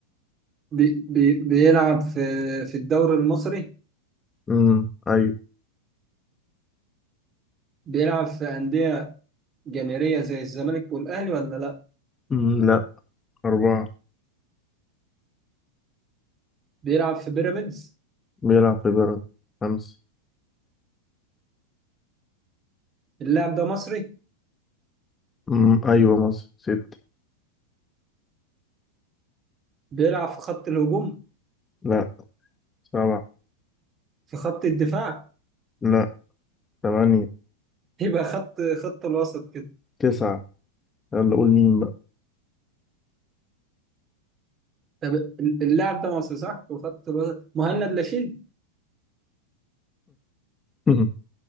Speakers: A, on the right; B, on the left.
A: بي بي بيلعب في في الدوري المصري
B: امم ايوه
A: بيلعب في أندية جماهيرية زي الزمالك والأهلي ولا لا
B: امم لا أربعة
A: بيلعب في بيراميدز
B: بيلعب في بيراميدز خمسة
A: اللاعب ده مصري
B: امم أيوة مصر ستة
A: بيلعب في خط الهجوم
B: لا سبعة
A: في خط الدفاع
B: لا ثمانية
A: يبقى خط خط الوسط كده
B: تسعة يلا قول مين بقى
A: طب اللاعب ده مصري صح وخط الوسط مهند لاشين
B: <laughs>